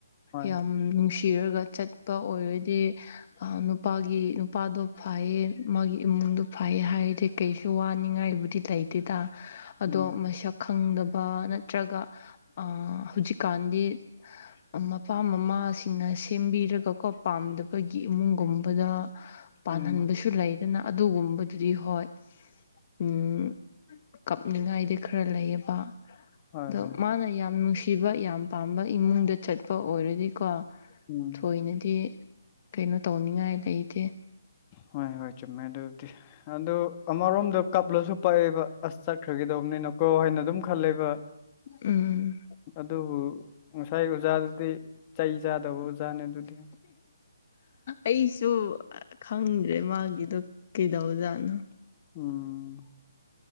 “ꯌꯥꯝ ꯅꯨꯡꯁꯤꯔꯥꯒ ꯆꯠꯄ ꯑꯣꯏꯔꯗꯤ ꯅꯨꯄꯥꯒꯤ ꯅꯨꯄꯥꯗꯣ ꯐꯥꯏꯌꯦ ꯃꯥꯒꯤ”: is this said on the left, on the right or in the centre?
Left